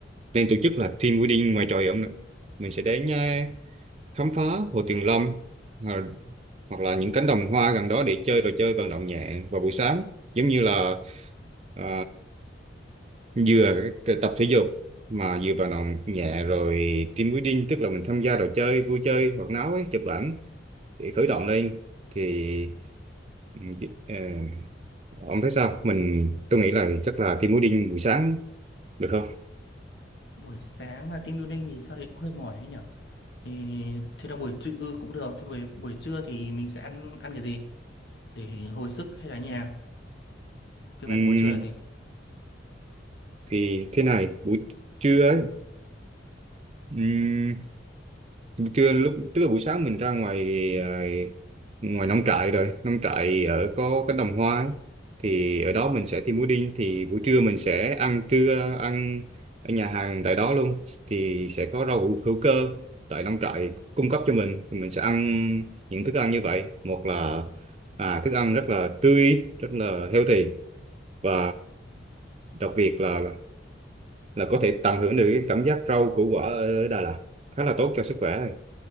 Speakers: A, on the right; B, on the left.
A: nên tổ chức là team building ngoài trời ông ạ mình sẽ đến ờ, khám phá Hồ Tuyền Lâm ờ, hoặc là những cánh đồng hoa gần đó để chơi trò chơi vận động nhẹ vào buổi sáng giống như là à, vừa cái- cái tập thể dục mà vừa vận động nhẹ rồi team building tức là mình tham gia trò chơi vui chơi hoạt náo ấy, chụp ảnh để khởi động lên thì ừ, ờ, ông thấy sao mình tôi nghĩ là chắc là team building buổi sáng được không
B: Buổi sáng là team building thì sao đấy cũng hơi mỏi đấy nhở. Thì thế là buổi trưa ừ, cũng được. Thế buổi buổi trưa thì mình sẽ ăn ăn cái gì để hồi sức hay là như nào? Kế
A: Ừm,
B: hoạch của buổi trưa là gì?
A: thì thế này buổi trưa ấy Trưa lúc tức là buổi sáng mình ra ngoài à, ngoài nông trại rồi nông trại ở có cánh đồng hoa ấy. thì ở đó mình sẽ thêm pudding thì buổi trưa mình sẽ ăn trưa ăn ở nhà hàng tại đó luôn thì sẽ có rau hữu hữu cơ tại nông trại cung cấp cho mình thì mình sẽ ăn những thức ăn như vậy một là à, thức ăn rất là tươi rất là healthy và đặc biệt là là có thể tận hưởng được cái cảm giác rau củ quả ở Đà Lạt khá là tốt cho sức khỏe